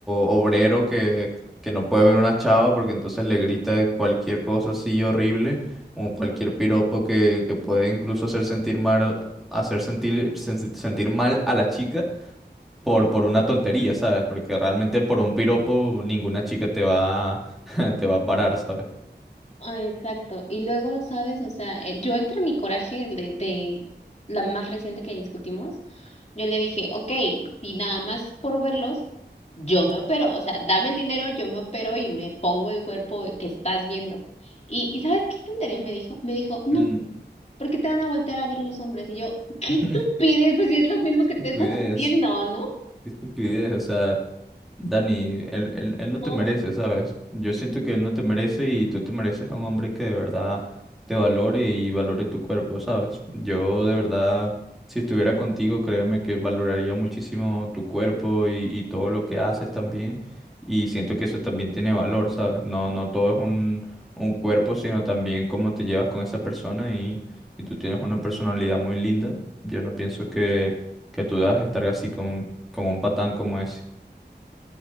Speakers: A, in the centre; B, on the left.
A: obrero que, que no puede ver una chava porque entonces le grita cualquier cosa así horrible o cualquier piropo que, que puede incluso hacer sentir mal, hacer sentir, sen- sentir mal a la chica por, por una tontería, ¿sabes? Porque realmente por un piropo ninguna chica te va, a- <laughs> te va a parar, ¿sabes?
B: Ay, exacto. Y luego, ¿sabes? O sea, eh, yo entre mi coraje de, de la más reciente que discutimos, yo le dije, ok, si nada más por verlos, yo me opero. O sea, dame el dinero, yo me opero y me pongo el cuerpo que estás viendo. Y, ¿y sabes qué tontería me dijo? Me dijo, no,
A: Mm,
B: ¿por qué te van a voltear a ver los hombres? Y yo, <laughs> qué
A: <laughs>
B: estupidez, pues si es lo mismo
A: Qué
B: que
A: estupidez,
B: te estás haciendo, ¿no?
A: qué estupidez, o sea... Dani, él, él- él no te
B: Oh,
A: merece, ¿sabes? Yo siento que él no te merece y tú te mereces a un hombre que de verdad te valore y valore tu cuerpo, ¿sabes? Yo de verdad, si estuviera contigo, créeme que valoraría muchísimo tu cuerpo y, y todo lo que haces también. Y siento que eso también tiene valor, ¿sabes? No, no todo es un, un cuerpo, sino también cómo te llevas con esa persona y, y tú tienes una personalidad muy linda. Yo no pienso que, que tú debas estar así con, con un patán como ese.